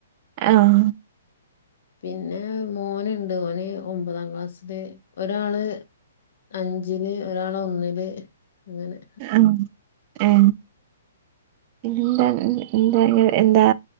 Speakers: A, on the right (about 30°); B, on the left (about 55°).
A: ആഹാ
B: പിന്നെ മോനുണ്ട് ഓന് ഒമ്പതാം ക്ലാസ്സില് ഒരാള് അഞ്ചില് ഒരാള് ഒന്നില് അങ്ങനെ
A: ആ ഹെ ഇല്ല ഹ് ന്താ <unintelligible> എന്താ